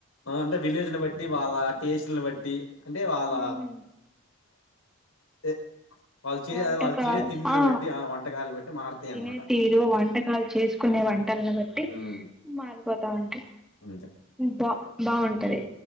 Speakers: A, on the left; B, in the centre.
A: అంటే విలేజ్ని బట్టి వాళ్ళ టేస్ల్ని బట్టి అంటే వాళ్ళ
B: ఉమ్,
A: ఎ వాళ్ళు చే
B: వంటకాలు
A: అది వాళ్ళు తినే తిండిని
B: ఆ
A: బట్టి వంటకాలు బట్టి మారతాయి
B: తినే
A: అనమాట
B: తీరు వంటకాలు చేసుకునేవా వంటలను బట్టి
A: ఉమ్
B: మారిపోతా ఉంటా
A: అంతే
B: బా బాగుంటది